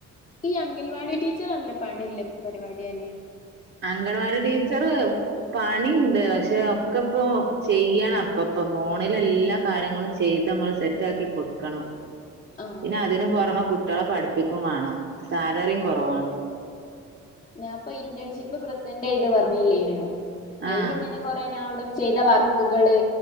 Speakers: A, on the left; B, on the right.
A: ഈ അംഗൽവാടി ടീച്ചർ നല്ല പണില്ലെ പരിപാടിയല്ലേ
B: അംഗൻവാടി ടീച്ചർ പണിണ്ട് പക്ഷെ ഒക്കെ അപ്പൊ അപ്പൊ ചെയ്യണം അപ്പൊ അപ്പൊ ഫോണില് എല്ലാ കാര്യങ്ങളും ചെയ്ത് നമ്മള് സെറ്റ് ആക്കി കൊടുക്കണം
A: ആ
B: പിന്നെ അതിന് പുറമെ കുട്ടികളെ പഠിപ്പിക്കുവേണം സാലറിയും കുറവാണ്
A: ഞാൻ ഇപ്പ ഇന്റേൺഷിപ്പ് പ്രസന്റ് ചെയ്ത് പറഞ്ഞില്ലേനോ അതിൽ
B: ആഹ്
A: ഇങ്ങനെ കൊറേ ഞങ്ങൾ അവിടെ ചെയ്ത വർക്കുകള്